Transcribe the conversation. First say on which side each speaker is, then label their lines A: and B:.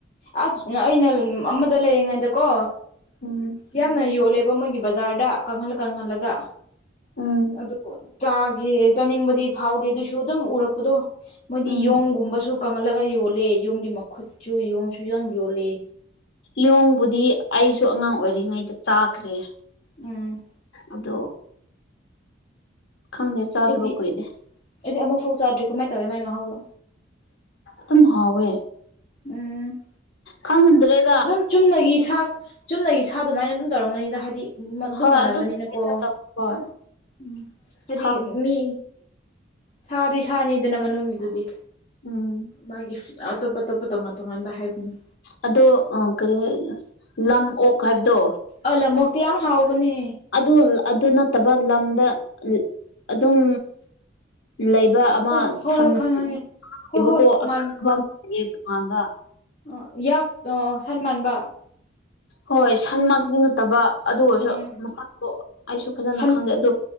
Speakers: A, on the left; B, on the left.
A: ꯑꯁ ꯑꯩꯅ ꯑꯃꯗ ꯂꯩꯔꯤꯉꯩꯗꯀꯣ
B: ꯎꯝ
A: ꯌꯥꯝꯅ ꯌꯣꯜꯂꯦꯕ ꯃꯣꯏꯒꯤ ꯕꯖꯥꯔꯗ ꯀꯪꯍꯜꯂ ꯀꯪꯍꯜꯂꯒ
B: ꯎꯝ
A: ꯑꯗꯨꯕꯨ ꯆꯥꯒꯦ ꯆꯥꯅꯤꯡꯕꯗꯤ ꯐꯥꯎꯗꯦ ꯑꯗꯨꯁꯨ ꯑꯗꯨꯝ ꯎꯔꯛꯄꯗꯨ ꯃꯣꯏꯗꯤ
B: ꯎꯝ
A: ꯌꯣꯡꯒꯨꯝꯕꯁꯨ ꯀꯪꯍꯜꯂꯒ ꯌꯣꯜꯂꯦ ꯌꯣꯡꯒꯤ ꯃꯈꯨꯠꯁꯨ ꯌꯣꯡꯁꯨ ꯌꯝ ꯌꯣꯜꯂꯦ
B: ꯌꫭꯡꯕꯨꯗꯤ ꯑꯩꯁꯨ ꯑꯉꯥꯡ ꯑꯣꯏꯔꯤꯉꯩꯗ ꯆꯥꯈ꯭ꯔꯦ꯫
A: ꯎꯝ
B: ꯑꯗꯣ ꯈꯪꯗꯦ ꯆꯥꯗꯕ
A: ꯑꯩꯗꯤ
B: ꯀꯨꯏꯔꯦ
A: ꯑꯩꯗꯤ ꯑꯃꯨꯐꯥꯎ ꯆꯥꯗ꯭ꯔꯤ ꯀꯃꯥꯏꯟ ꯇꯧꯋꯦ ꯃꯥꯏ ꯃꯍꯥꯎꯗꯣ
B: ꯇꯨꯝ ꯍꯥꯎꯋꯦ
A: ꯎꯝ꯫
B: ꯈꯪꯗꯔꯦ꯫
A: ꯗꯨꯝ ꯆꯨꯝꯅꯒꯤ ꯁꯥ ꯆꯨꯝꯅꯒꯤ ꯁꯥ ꯗꯨꯃꯥꯏꯅ ꯗꯨꯝ ꯇꯧꯔꯝꯒꯅꯤꯗ ꯍꯥꯏꯗꯤ ꯑꯗꯨꯝ
B: ꯍꯣꯏ
A: ꯃꯥꯟꯅꯕꯅꯤꯅꯀꯣ
B: ꯑꯗꯨ ꯍꯣꯏ
A: ꯎꯝ ꯍꯥꯏꯗꯤ
B: ꯁꯥ
A: ꯃꯤ ꯁꯥꯗꯤ ꯁꯥꯅꯤꯗꯅ ꯃꯅꯨꯡꯒꯤꯗꯨꯗꯤ
B: ꯎꯝ
A: ꯃꯥꯒꯤ ꯑꯇꯣꯞ ꯑꯇꯣꯞꯄ ꯇꯣꯉꯥꯟ ꯇꯣꯉꯥꯟꯕ ꯍꯥꯏꯕꯅꯤ꯫
B: ꯑꯗꯣ ꯑ ꯀꯔꯤ ꯂꯝ ꯑꯣꯛ ꯍꯥꯏꯕꯗꯣ꯫
A: ꯑ ꯂꯝꯃꯣꯛꯇꯤ ꯌꯥꯝ ꯍꯥꯎꯕꯅꯦ꯫
B: ꯑꯗꯨꯜ ꯑꯗꯨ ꯅꯠꯇꯕ ꯂꯝꯗ ꯑꯗꯨꯝ ꯂꯩꯕ ꯑꯃ
A: ꯍꯣꯏ ꯍꯣꯏ
B: ꯁꯟ
A: ꯍꯣꯏ ꯍꯣꯏ ꯈꯪꯉꯦ ꯈꯪꯉꯦ
B: ꯑꯩꯕꯀꯣ
A: ꯍꯣꯏ ꯍꯣꯏ
B: <unintelligible>
A: ꯃꯥꯟ
B: ꯇꯣꯉꯥꯟꯕ꯫
A: ꯑ ꯌꯥꯛ ꯑꯣ ꯁꯟ ꯃꯥꯟꯕ꯫
B: ꯍꯣꯏ ꯁꯟꯃꯛ ꯅꯠꯇꯕ ꯑꯗꯨ ꯑꯣꯏꯔꯁꯨ
A: ꯎꯝ
B: ꯃꯁꯛꯇꯣ ꯑꯩꯁꯨ ꯐꯖꯅ
A: ꯁꯟ
B: ꯈꯪꯗꯦ ꯑꯗꯨ